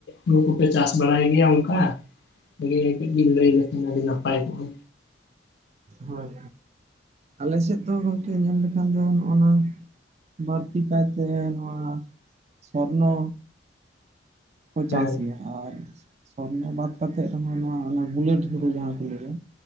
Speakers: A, on the left; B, on the right.
A: ᱱᱩᱠᱩ ᱯᱮ ᱪᱟᱥ ᱵᱟᱲᱟᱭ ᱜᱮᱭᱟ ᱚᱱᱠᱟ? ᱠᱟᱹᱡ ᱵᱤᱱ ᱞᱟᱹᱭ ᱞᱮᱠᱷᱟᱱ ᱟᱹᱰᱤ ᱱᱟᱯᱟᱭ ᱠᱚᱜᱼᱟ᱾
B: ᱦᱚᱭ ᱟᱞᱮ ᱥᱮᱫ ᱫᱚ ᱜᱚᱝᱠᱮ ᱧᱮᱞ ᱞᱮᱠᱷᱟᱱ ᱫᱚ ᱱᱚᱜ ᱱᱚᱣᱟ ᱵᱟᱹᱲᱛᱤ ᱠᱟᱭᱛᱮ ᱱᱚᱣᱟ ᱥᱚᱨᱱᱚ ᱠᱚ ᱪᱟᱥ
A: ᱦᱮᱸ
B: ᱜᱮᱭᱟ ᱾ ᱟᱨ ᱥᱚᱨᱱᱚ ᱵᱟᱫ ᱠᱟᱛᱮᱫ ᱨᱮᱦᱚᱸ ᱱᱚᱣᱟ ᱚᱱᱟ ᱜᱩᱞᱟᱹᱴ ᱦᱩᱨᱩ ᱡᱟᱦᱟᱸ ᱠᱚ ᱞᱟᱹᱭᱟ